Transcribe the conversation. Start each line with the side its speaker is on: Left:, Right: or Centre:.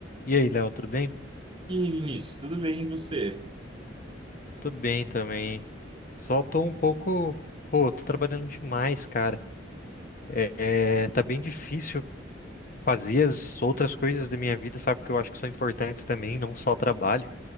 Left: E aí, Léo, tudo bem?
Right: E aí, Vinícius, tudo bem e você?
Left: Tô bem também. Só tô um pouco. Pô, tô trabalhando demais, cara. É, é, tá bem difícil fazer as outras coisas da minha vida, sabe? Que eu acho que são importantes também, não só o trabalho.